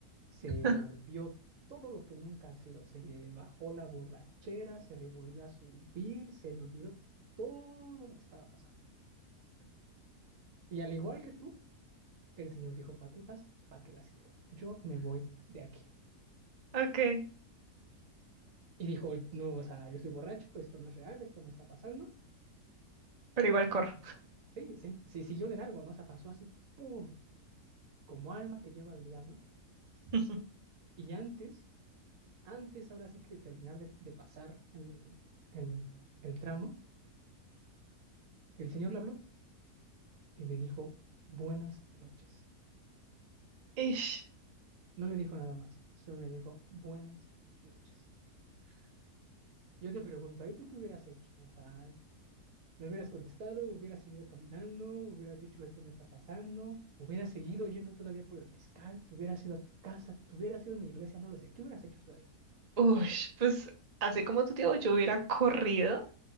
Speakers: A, on the right; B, on the right.
A: se
B: <laughs>
A: volvió todo lo que nunca ha sido. Se le bajó la borrachera, se le volvió a subir, se le olvidó todo lo que estaba pasando. Y al igual que tú, el señor dijo, patitas, ¿para qué las quiero? Yo me voy de aquí.
B: okay,
A: Y dijo, no, o sea, yo estoy borracho, esto no es real, esto no está pasando.
B: pero igual corro.
A: Siguió. Sí, sí, sí, siguió de largo, ¿no? O sea, pasó así, ¡pum! Como alma que lleva al diablo.
B: <laughs>
A: Y antes, antes ahora sí que de terminar de, de pasar el, el, el tramo, el señor le habló y le dijo, buenas noches.
B: Ish,
A: No le dijo nada más, solo le dijo, buenas noches. Yo te pregunto, ¿ahí tú qué hubieras hecho? O sea, No hubieras contestado, hubieras seguido caminando, hubieras dicho esto no está pasando, hubieras seguido yendo todavía por el mezcal, te hubieras ido a tu casa, te hubieras ido a una iglesia, no lo sé, ¿qué hubieras hecho tú ahí?
B: ush, pues así como tu tío, yo hubiera corrido.